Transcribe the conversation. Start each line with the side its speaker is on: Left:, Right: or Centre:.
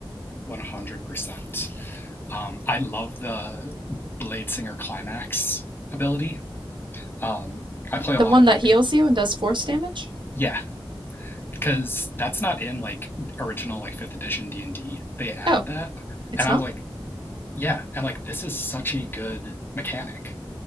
Left: Right. 100%. Um, I love the Blade Singer climax ability. Um, I play a
Right: The
Left: lot
Right: one
Left: of
Right: that
Left: like
Right: heals you and does force damage?
Left: yeah, because that's not in like original like 5th edition D&D. They added
Right: Oh,
Left: that.
Right: it's
Left: And
Right: not?
Left: I was like, yeah, and like this is such a good mechanic.